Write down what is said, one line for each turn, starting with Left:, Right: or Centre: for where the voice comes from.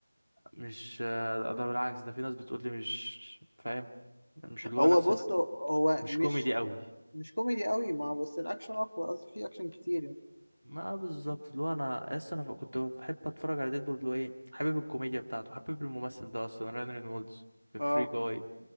Right: مش ده بالعكس ده في ناس بتقول لي مش فاهم مش اللي
Left: هو
Right: هو نفس
Left: بص هو
Right: مش
Left: مش
Right: كوميدي أوي
Left: مش كوميدي قوي ما بس الاكشن اقوى قصدي فيه اكشن كتير يعني
Right: ما بالظبط اللي هو انا اصلا انا كنت بحب اتفرج على ديدبول اللي هو ايه حابب الكوميديا بتاعته حابب الممثل ده اصلا رyan رينولدز في
Left: اه
Right: فري جاي